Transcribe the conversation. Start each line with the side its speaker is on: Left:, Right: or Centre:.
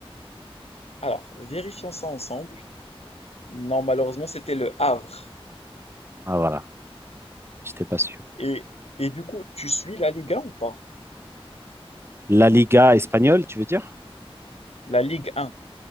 Left: Alors, vérifions ça ensemble. Non, malheureusement, c'était Le Havre.
Right: Ah, voilà. J'étais pas sûr.
Left: Et, et du coup, tu suis la Ligue 1 ou pas?
Right: La Liga espagnole, tu veux dire?
Left: La Ligue un